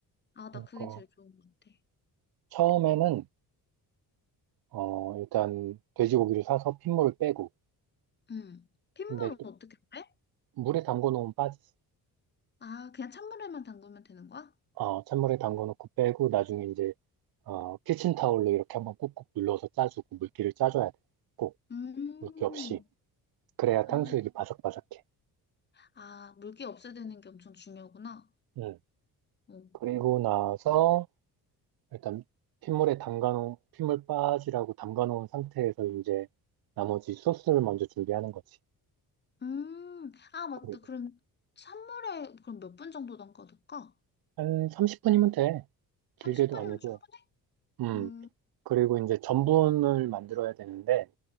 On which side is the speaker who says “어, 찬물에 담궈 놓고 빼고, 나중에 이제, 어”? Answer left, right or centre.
Right